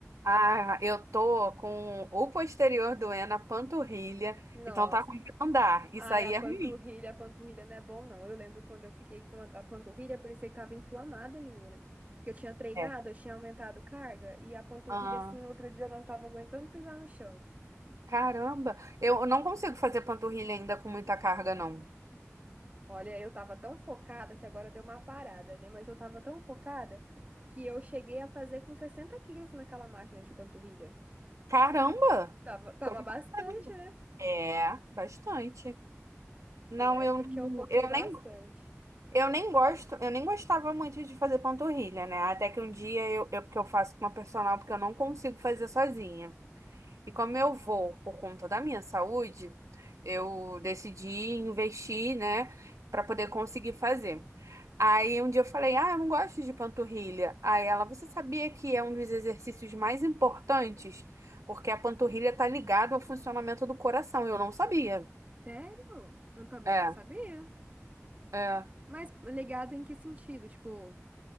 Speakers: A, on the right (about 80°); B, on the right (about 30°).
A: Ah, eu tô com o posterior doendo, a panturrilha,
B: <laughs> Nossa.
A: então tá com que andar.
B: Ai,
A: Isso aí
B: a panturrilha,
A: é ruim.
B: a panturrilha não é bom, não. Eu lembro quando eu fiquei com a, a panturrilha, parecia que tava inflamada, menina. Que eu tinha treinado,
A: É.
B: eu tinha aumentado carga, e a panturrilha,
A: Ah,
B: assim, outro dia eu não tava aguentando pisar no chão.
A: caramba, eu não consigo fazer panturrilha ainda com muita carga, não.
B: Olha, eu tava tão focada que agora deu uma parada, né? Mas eu tava tão focada que eu cheguei a fazer com 60 quilos naquela máquina de panturrilha.
A: Caramba!
B: Tava, tava
A: Coisa
B: bastante,
A: pra caramba.
B: né?
A: É, bastante. Não,
B: Foi uma época
A: eu, não-
B: que eu foquei
A: eu
B: bastante.
A: nem, eu nem gosto, eu nem gostava muito de fazer panturrilha, né? Até que um dia eu, eu, porque eu faço com uma personal, porque eu não consigo fazer sozinha. E como eu vou por conta da minha saúde, eu decidi investir, né, para poder conseguir fazer. Aí um dia eu falei: "Ah, eu não gosto de panturrilha". Aí ela: "Você sabia que é um dos exercícios mais importantes? Porque a panturrilha tá ligada ao funcionamento do coração". Eu não sabia.
B: Sério? Eu também
A: É,
B: não sabia.
A: é.
B: Mas ligado em que sentido? Tipo,